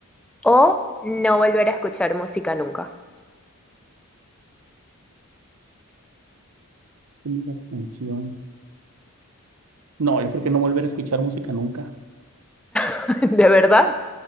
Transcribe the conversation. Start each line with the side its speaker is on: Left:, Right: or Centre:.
Centre: o no volver a escuchar música nunca?
Right: ponme la canción. No, yo creo que no volver a escuchar música nunca.
Centre: <laughs> ¿De verdad?